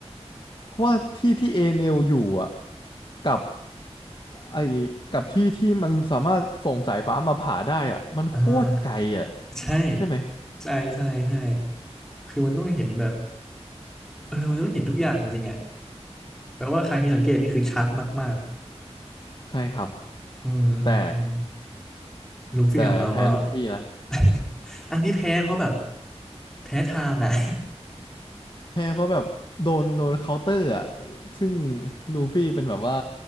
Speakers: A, on the left (about 45°); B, in the centre.
A: เพราะว่าที่ที่เอเนลอยู่อ่ะกับไอ้กับที่ที่มันสามารถส่งสายฟ้ามาผ่าได้อ่ะมันโคตรไกลอ่ะ
B: อ่าใช่
A: ใช่ไหม
B: ใช่ใช่ใช่คือมันต้องเห็นแบบเออมันต้องเห็นทุกอย่างจริงๆอ่ะแปลว่าใครที่สังเกตนี่คือชัดมาก
A: ใช่ครับ
B: อืมอืมอืม
A: แต่
B: ลูฟี่ของเราก็
A: แต่แพ้ลูฟี่นะ
B: <laughs> อันนี้แพ้เขาแบบแพ้ทางอ่ะ
A: แพ้เพราะแบบโดนโดนเคาน์เตอร์อ่ะซึ่งลูฟี่เป็นแบบว่า